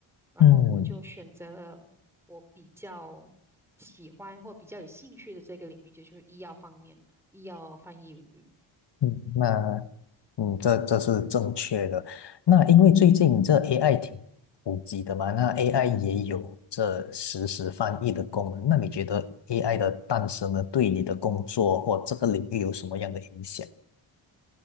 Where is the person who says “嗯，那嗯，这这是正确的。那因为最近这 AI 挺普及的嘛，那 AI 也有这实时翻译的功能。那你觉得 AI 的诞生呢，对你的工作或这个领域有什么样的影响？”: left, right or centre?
Left